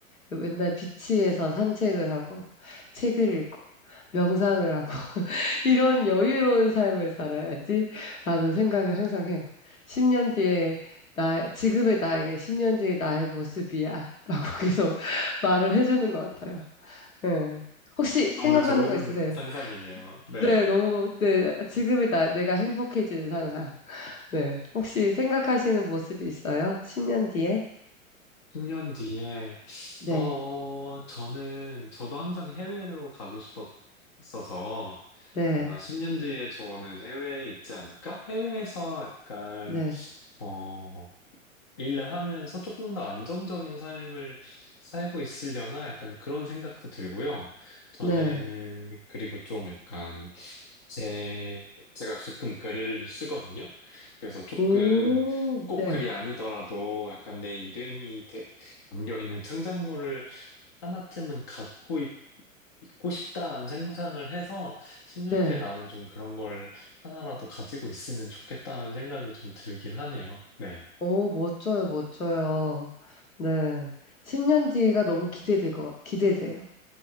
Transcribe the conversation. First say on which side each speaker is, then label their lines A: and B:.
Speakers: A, on the left (about 80°); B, on the left (about 25°).
A: 맨날 비치에서 산책을 하고 책을 읽고 명상을 하고 <laughs> 이런 여유로운 삶을 살아야지라는 생각을 항상 해요. 10년 뒤에 나, 지금의 나에게 10년 뒤의 나의 모습이야. 라고 <laughs> 계속 말을 해주는 것 같아요. 네. 혹시
B: 너무
A: 생각하는
B: 좋은
A: 거 있으세요?
B: 상상이네요. 네.
A: 네, 너무, 네, 지금의 나, 내가 행복해지는 상상. 네. 혹시 생각하시는 모습이 있어요? 10년 뒤에?
B: 10년 뒤에
A: 네,
B: 어 저는 저도 항상 해외로 가고 싶었어서
A: 네,
B: 아마 10년 뒤에 저는 해외에 있지 않을까? 해외에서 약간,
A: 네,
B: 어, 일을 하면서 조금 더 안정적인 삶을 살고 있으려나? 약간 그런 생각도 들고요. 저는,
A: 네.
B: 그리고 좀 약간, 제, 제가 가끔 글을 쓰거든요. 그래서 조금
A: 오,
B: 꼭
A: 네,
B: 글이 아니더라도 약간 내 이름이 대- 담겨 있는 창작물을 하나쯤은 갖고 있고 싶다라는 생각을 해서 10년
A: 네.
B: 뒤에 나는 좀 그런 걸 하나라도 가지고 있으면 좋겠다는 생각이 좀 들긴 하네요. 네.
A: 오, 멋져요, 멋져요. 네. 10년 뒤가 너무 기대될 것, 같- 기대돼요.